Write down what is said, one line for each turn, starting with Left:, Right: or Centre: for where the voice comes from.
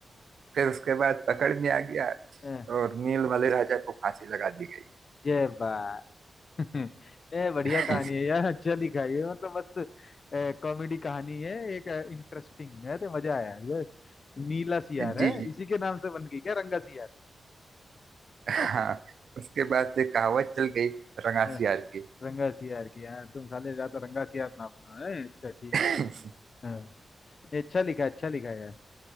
Right: फिर उसके बाद पकड़ में आ गया
Left: हाँ,
Right: और नील वाले राजा को फांसी लगा दी गई
Left: जय बा <laughs> ये बढ़िया
Right: <laughs>
Left: कहानी है यार अच्छा लिखा है ये मतलब मस्त कॉमेडी कहानी है एक इंटरेस्टिंग है तो मजा आया ये नीला सियार
Right: जी
Left: है
Right: जी
Left: इसी के नाम से बन गई क्या रंगा सियार
Right: हाँ
Left: <laughs>
Right: उसके बाद से कहावत चल गई रंगासियार
Left: हाँ,
Right: की
Left: रंगा सियार की यार तुम साले ज्यादा रंगा सियार ना बनो है अच्छा ठीक
Right: <laughs>
Left: है हाँ ये अच्छा लिखा है अच्छा लिखा है यार